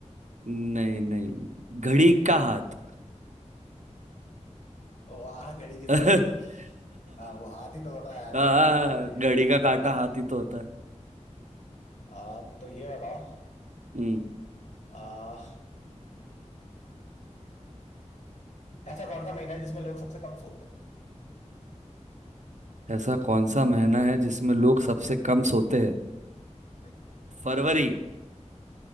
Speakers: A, on the right; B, on the left.
A: नहीं नहीं घड़ी का हाथ
B: वाह घड़ी की
A: <laughs>
B: सुई हाँ वो हाथी तो होता है आंसर
A: हाँ
B: सबसे लौटना सही
A: घड़ी
B: है
A: का काटा हाथ ही तो होता है
B: आ, तो ये बताओ
A: हम्म
B: आ, ऐसा कौन सा महीना है जिसमें लोग सबसे कम सोते हैं
A: ऐसा कौन सा महीना है जिसमें लोग सबसे कम सोते हैं
B: हम्म।
A: फरवरी